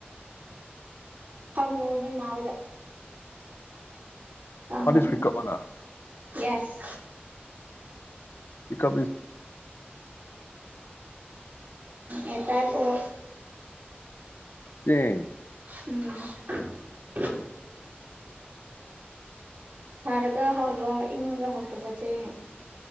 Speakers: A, on the right; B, on the left.
A: ꯍꯪ ꯅ ꯃꯥꯎꯗ ꯀꯒꯅꯤ
B: ꯋꯥꯠ ꯏꯁ ꯋꯤꯛ ꯑꯞ ꯑꯅ
A: ꯌꯦꯁ
B: ꯀ
A: ꯑꯦ ꯇꯥꯏꯞ ꯑꯣ
B: ꯁꯤꯦ
A: ꯎꯝ ꯁꯥꯔꯒ ꯍꯥꯎꯕ ꯏꯉꯒ ꯍꯧꯇꯄ ꯆꯦ